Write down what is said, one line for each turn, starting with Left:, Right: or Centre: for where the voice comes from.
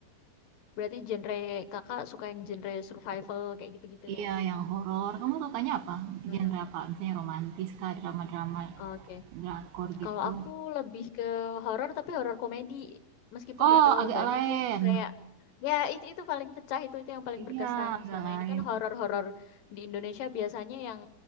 Left: Berarti genre Kakak suka yang genre survival kayak gitu-gitu
Right: Iya,
Left: ya?
Right: yang horor. Kamu sukanya apa?
Left: Heeh.
Right: Genre apa? Misalnya romantis kah, drama-drama,
Left: Oke.
Right: drakor
Left: Kalau
Right: gitu.
Left: aku lebih ke horor tapi horor komedi. Meskipun
Right: Oh,
Left: nggak terlalu
Right: agak
Left: banyak
Right: lain.
Left: ya kayak ya itu itu paling pecah itu itu yang paling
Right: Iya,
Left: berkesan
Right: agak
Left: selama
Right: lain.
Left: ini kan horor-horor di Indonesia biasanya yang